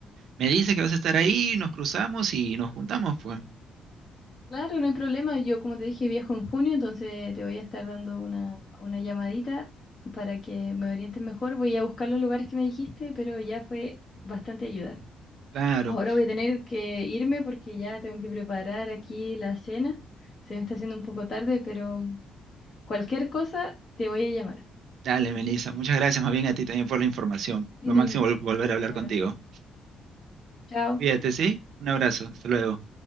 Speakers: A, on the right; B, on the left.
A: me dice que vas a estar ahí, nos cruzamos y nos juntamos, pues.
B: Claro, no hay problema. Yo, como te dije, viajo en junio, entonces te voy a estar dando una, una llamadita para que me orientes mejor. Voy a buscar los lugares que me dijiste, pero ya fue bastante ayuda.
A: Claro.
B: Ahora voy a tener que irme porque ya tengo que preparar aquí la cena. Se me está haciendo un poco tarde, pero cualquier cosa te voy a llamar.
A: Dale, Melissa. Muchas gracias más bien a ti también por la información.
B: Ujú.
A: Lo máximo vol- volver a hablar
B: Ya.
A: contigo.
B: Chao.
A: Cuídate, ¿sí? Un abrazo. Hasta luego.